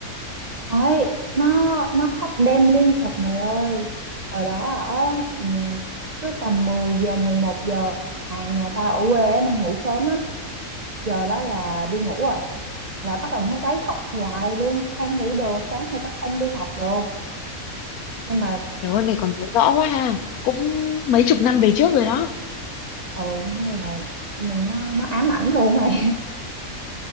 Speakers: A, on the right; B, on the left.
A: Ôi, nó nó khóc đêm liên tục mày ơi. Hồi đó ở ừ, cứ tầm mười giờ mười một giờ à nhà tao ở quê á nên ngủ sớm lắm. Giờ đó là đi ngủ rồi. Là bắt đầu nó quấy khóc hoài luôn, không ngủ được, sáng nay tao không đi học được. Nhưng mà
B: Trời ơi, mày còn nhớ rõ quá ha. Cũng mấy chục năm về trước rồi đó.
A: ừ nó là mình nó nó ám ảnh luôn mày.